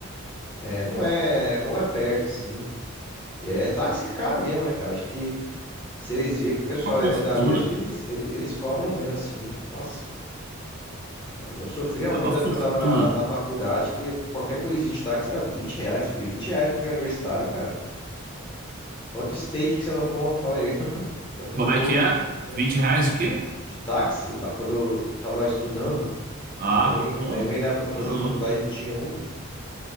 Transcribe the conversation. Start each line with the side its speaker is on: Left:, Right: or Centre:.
Left: é, não é, não é perto, assim, É, táxi que é caro mesmo, né, cara? Acho que se eles verem que o pessoal
Right: Uma fortuna.
Left: é dali, acho que eles, eles, eles cobram menos, assim. Nossa, cara, eu sofria
Right: É
Left: muito
Right: uma
Left: na
Right: fortuna.
Left: época que eu tava na, na faculdade, que qualquer coisinha de táxi era 20 reais. pô. E 20 reais pra quem é universitário, cara. Quanto steak que você não compra? Fala aí. <laughs> Quanto
Right: Como
Left: miojo
Right: é que é?
Left: que você não
Right: Vinte
Left: compra?
Right: reais o quê?
Left: De táxi, lá, quando eu tava estudando,
Right: Ah,
Left: também,
Right: pô,
Left: também na época que eu fazia
Right: tá maluco.
Left: faculdade não tinha Uber.